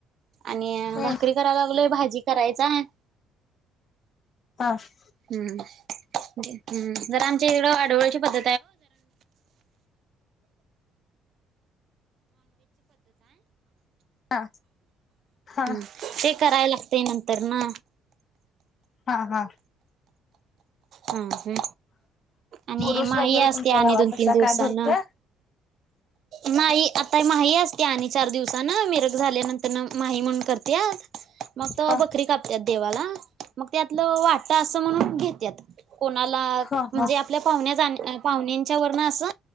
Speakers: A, on the right; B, on the left.
A: आणि
B: हा
A: भाकरी कराला लागल भाजी करायच आहे
B: हा हा
A: हम्म हम्म जम ळ पद्ज प
B: हा हा
A: हम्म ते करायला ते नंतर ना
B: हा हा
A: हम्म आणि
B: उरुस
A: माही
B: वगैरे
A: असते
B: तुमच्या
A: आणि
B: गावात
A: दोन तीन
B: असा
A: दिवसाना
B: काय भरतोय
A: नाही आता मा असते आणि चार दिवसान मिरघ झाल्यानंतर म्हण त्यात मग त
B: हा
A: बकरी कापत देवाला मग त्यातलं वाट असं म्हणून घेत त कोणाला
B: हा
A: म्हणजे
B: हा
A: आपल्या पाण्या जा पाहण्यांच्या व ना असं